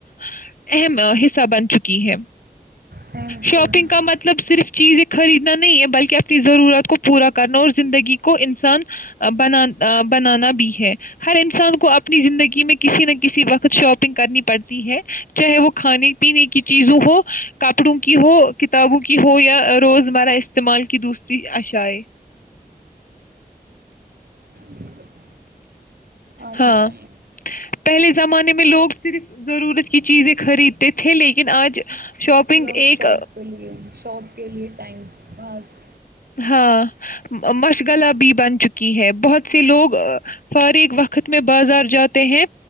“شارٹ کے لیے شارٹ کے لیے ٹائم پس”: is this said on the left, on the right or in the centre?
Right